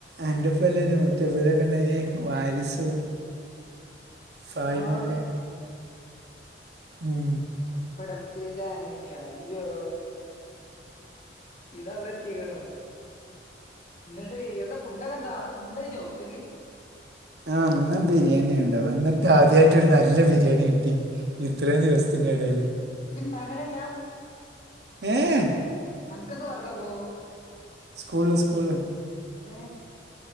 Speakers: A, on the right; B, on the left.
A: ആൻറഫെലനും <unintelligible> ഉണ്ടന് വാരിസും. സായിനൊക്കെ
B: ആ
A: ഉം
B: <unintelligible> യയ്യോ ഇതവടെത്തിക്കണോ ന്ന്ട്ട് യെന്താ ഫുഡൊക്കെന്താ ഇന്ന് ഫുഡായിച്ചോ ഉചക്ക്
A: ആ ഇന്ന് ബിരിയാണിണ്ടാവ വന്നിട്ടാദ്യായിട്ട് ഒരു നല്ല ബിരിയാണി കിട്ടി. ഇത്രയും ദിവസത്തിൻ്റെടേല്.
B: ജ്ണ്ടാകലില്ലാ?
A: ഏഹ്
B: അതുക്ക വെറുതെ <unintelligible>
A: സ്കൂള്ല് സ്കൂള്.
B: ഏ